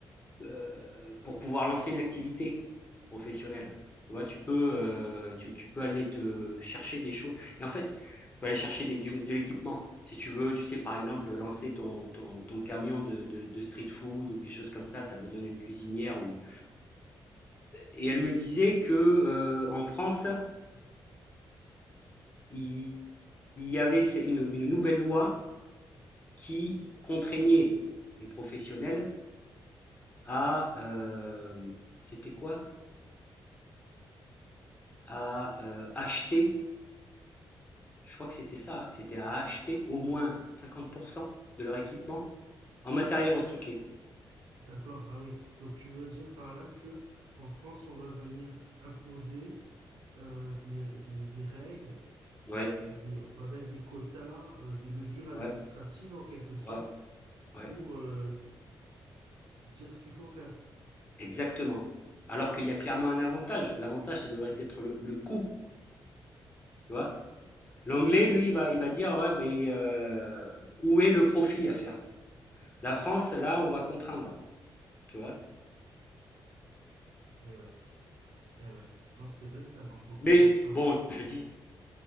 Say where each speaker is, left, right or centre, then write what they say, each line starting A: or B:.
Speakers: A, on the left; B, on the right.
A: euh, pour pouvoir lancer une activité professionnelle. Tu vois, tu peux, euh, tu, tu, peux aller te chercher des choses. Et en fait, tu peux aller chercher des, du, de l'équipement. Si tu veux, tu sais, par exemple, lancer ton, ton, ton camion de, de, de, street food ou quelque chose comme ça, tu as besoin d'une cuisinière. Ou... Et elle me disait que euh, en France, il, il y avait une, une, nouvelle loi qui contraignait les professionnels à, euh, c'était quoi À euh, acheter je crois que c'était ça, hein, c'était à acheter au moins 50% de leur équipement en matériel recyclé.
B: D'accord, ah oui. Donc tu veux dire par là que en France, on va venir imposer. euh, des, des- des règles,
A: Ouais,
B: euh, des, on va mettre des quotas, euh, des mesures administratives
A: ouais,
B: en quelque sorte
A: ouais, ouais,
B: pour euh, dire ce qu'il faut faire.
A: exactement. Alors qu'il y a clairement un avantage. L'avantage, ça devrait être le, le coût, tu vois. L'anglais, lui, il va, il va dire, ouais, ben, euh, où est le profit à faire La France, là, on va contraindre, tu vois.
B: Et ouais, et ouais. Non, c'est vrai que ça marche beaucoup
A: Mais
B: comme ça en
A: bon,
B: France.
A: je
B: hein.
A: dis,